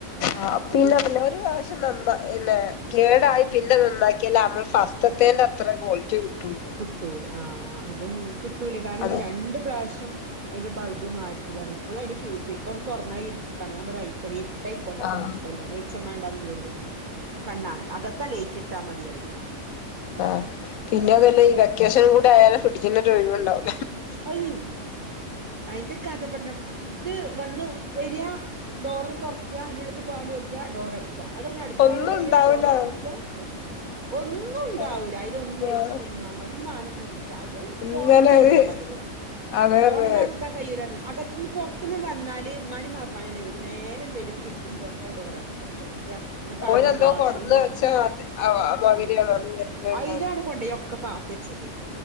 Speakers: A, on the left; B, on the right.
A: ആ
B: അയ്ന്റെ
A: പിന്ന
B: ഉള്ളിൽ
A: പിന്ന ഒരു പ്രാവശ്യം നന്നാ പിന്നെ കേടായി പിന്നത് നന്നാക്കിയാല് നമ്മൾ ഫസ്റ്റത്തേന്റ അത്രേം ക്വാളിറ്റിയെ കിട്
B: കുട്ടൂല ആ ആ അതന്നെ കുട്ടൂല്ല കാരണം
A: അത്
B: ഞാൻ രണ്ടു പ്രാവശ്യം അയിന്റെ ബൾബ് മാറ്റിതാണ് ഇപ്പോഴും അതിന്റെ ഫ്യൂസ് ഇപ്പൊ തൊറന്നായിര്ട്ടാണ് ഞാൻ പറയാ അയിക്കൊര് ഇരുട്ട് ട്ടായിക്കോട്ടെ
A: ആഹ്
B: കൊഴപ്പില്ല വെളിച്ച് ച്ചം മേണ്ടാന്നല്ലേ ഒള്ളൂ കണ്ണാണ് അകത്ത ലൈറ്റി ഇട്ടാ മതി പറിയും ഞാ
A: ആ പിന്നതുവല്ല ഈ വെക് വെക്കേഷൻ കൂടെയായാല് ഫ്രിഡ്ജിന് ടിക്കന്നെ ഒരു ഒഴിവുണ്ടാവും
B: അയി അയിന്റെ കഥ പറഞ്ഞ ഇത് വന്ന് വരിയാ- ഡോറും തൊറക്കാ അതിന്റള്ളിൽക്ക് പാല് വെക്കുക ഡോറടക്കുക അത് കഴിഞ്ഞ് അടുത്താട്ട്
A: ഒന്നും
B: വരിക
A: ഉണ്ടാവൂല
B: ഡോറ് തുറക്ക അ ഒന്നും ഉണ്ടാവൂല്ല
A: അത്
B: അയ്ലൊന്നും വെച്ചിട്ട്
A: ആഹ്
B: എന്നാലും മാണം വരും അത്
A: ഇന്നലെ
B: ഫോണ് തോണ്ടണ
A: ഒരു
B: മാതിരിയാണ്
A: അതെതെ
B: ഫോണില്ലാതെ ക്കാൻ വയ്യരാന്ന് അകത്തുന്ന് പുറ ത്തൂന്ന് വന്നാല് ഉമ്മാനെയും ബാപ്പാനേയും അല്ല വിളിക്കുന്നത്‌ നേരേവരു ഫ്രഡ്ജും തുറക്ക ഡോറ്തുറക്ക ഡോറ് അടക്കുക തൊറക്കുവ ഞാൻ പറയനു
A: ഓന് എന്തോ
B: വാഷ്റൂ
A: കൊടന്ന് വെച്ച മാതി ആഹ് മാതിരിയാണ്
B: ആ
A: അത് വരുന്നുണ്ടാവല്
B: അയിലാണ് പൊടി ഒക്കെ പ തേച്ചത്